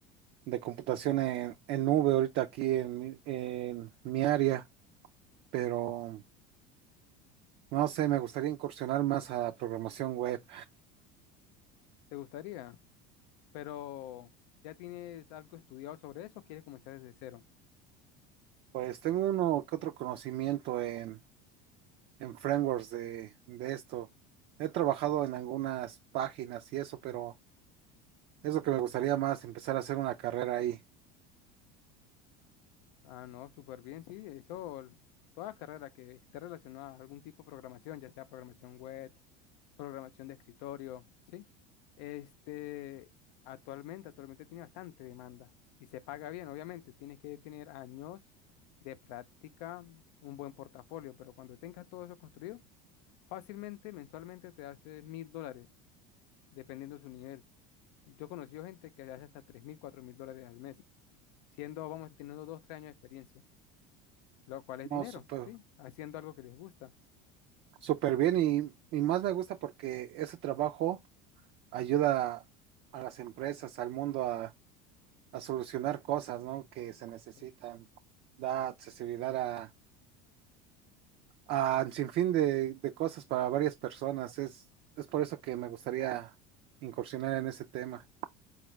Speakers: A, on the right; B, on the left.
A: de computación en, en nube ahorita aquí en, mi- en mi área, pero no sé, me gustaría incursionar más a programación web.
B: ¿Te gustaría? Pero, ¿ya tienes algo estudiado sobre eso o quieres comenzar desde cero?
A: Pues tengo uno que otro conocimiento en, en frameworks de, de esto. He trabajado en algunas páginas y eso, pero es lo que me gustaría más, empezar a hacer una carrera ahí.
B: Ah, no, súper bien, sí, eso, toda carrera que esté relacionada a algún tipo de programación, ya sea programación web, programación de escritorio, ¿sí? Este, actualmente, actualmente tiene bastante demanda y se paga bien, obviamente, tienes que tener años de práctica, un buen portafolio, pero cuando tengas todo eso construido, fácilmente, mensualmente te hace mil dólares, dependiendo de su nivel. Yo he conocido gente que hace hasta tres mil, cuatro mil dólares al mes, siendo, vamos, teniendo dos, tres años de experiencia lo cual es
A: No,
B: dinero,
A: súper,
B: ¿sí? Haciendo algo que les gusta.
A: súper bien y, y más me gusta porque ese trabajo ayuda a las empresas, al mundo a solucionar cosas, ¿no? Que se necesitan.
B: Cl-
A: Da accesibilidad a, a un sinfín de, de cosas para varias personas. Es, es por eso que me gustaría incursionar en ese tema.